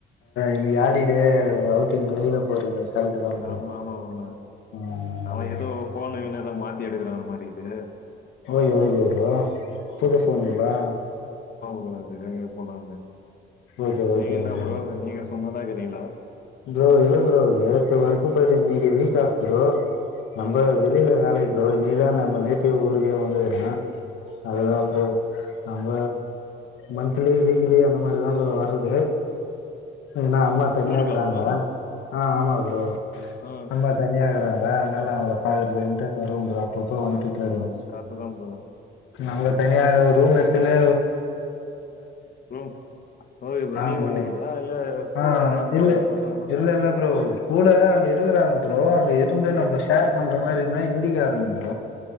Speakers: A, on the left; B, on the left.
A: இன்னைக்கு ஹாலிடே அவுட் நீங்க வெளில போறீங்க கரெக்ட் தான் ப்ரோ
B: ஆமா ஆமா புரோ
A: ஆ
B: நான்
A: அதுதா
B: ஏதோ போனுகீனு அதான் மாத்தி எடுக்கறான் மாரி இது
A: ஓய் ய் எவடு புது போனுங்களா
B: வேறது போலானு
A: ஓகே ஓகே
B: நீங்க என்ன
A: ப்ரோ
B: புரோ நீங்க சும்மாதான் இருக்கிறீங்களா
A: ப்ரோ இல்ல ப்ரோ நேத்து ஒர்க் போயிட்டு இன்னைக்கு வீக் ஆப் ப்ரோ நம்ம
B: ஆ ப்ரோ
A: வெளியில வேலக்கி புரோ இன்னைக்கு தான் நம் நேட்டி ஊருக்கே வந்து வந்துர அதுதான்
B: ஆ
A: ப்ரோ நம்ம மந்த்த்லி வீக்லி அந்த மாரிதான் இப்ப வர்றது ஏன்னா அம்மா தனியாகிறாங்களா
B: ஊருக்கா ப்ரோ
A: ஆஹ் ஆமா ப்ரோ
B: ஆ
A: அம்மா தனியாகறங்க வா அதனால அவங்கள பாக்குறது
B: ம்
A: வரும் அப்பப்ப வந்துட்டு
B: ஆமா
A: போயிடுவன்
B: ப்ரோ கரெக்ட்டு தா ப்ரோ
A: நம்மள தனியாக ரூம் ஏத்துன்னு
B: ஹம் ஓகே ப்ரோ
A: நாங்க
B: நீங்க <inaudible> இல்ல
A: ஆ
B: கூட யார்னா இருப்பாங்களா
A: இல்
B: பசங்கலா
A: இல்லாப்ரோ கூடா அங்கே இருக்கிறாங்க ப்ரோ அங்க இரு வந்து நம்ம ஷேர் பண்ற மாரினா இங்க ஹிந்தி காரங்க